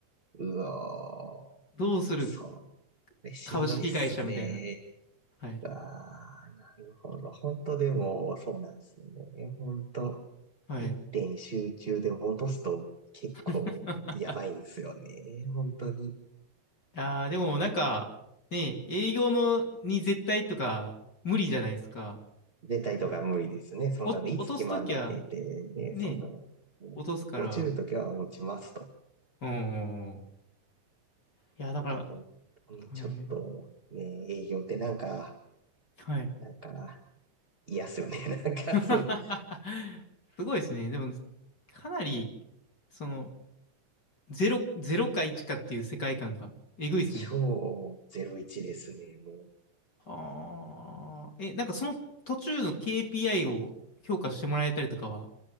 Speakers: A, on the right; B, on the left.
A: うわー、
B: <laughs> どうする
A: そう。えしんどいっすね。
B: 株式会社みたいな。はい。
A: ああ、なるほど。本当でも、そうなんですよね。本当
B: はい。
A: 一点集中で落とすと結構やばいんですよね。
B: <laughs>
A: 本当に。
B: あー、でもなんか、ね、営業のに絶対とか無理じゃないですか。
A: 出たりとか無理ですね。
B: だから
A: そんなの、
B: お、落とすときは、
A: いつ決まんだって言ってね、
B: ね、
A: そんなの。もう落ちるときは落ちますと。
B: 落とすから、うんうんうん。いや、
A: なので、
B: だから、
A: 本当にちょっとね、
B: はい。
A: 営業ってなんか、
B: はい。
A: なんか嫌っすよね。<laughs> なんかそう、
B: <laughs> すごいですね。でも、かなり、その、ゼロ、ゼロか1かっていう世界観がえぐいですね。
A: 超01ですね、もう。
B: はあ。え、なんかその途中の KPI を評価してもらえたりとかは、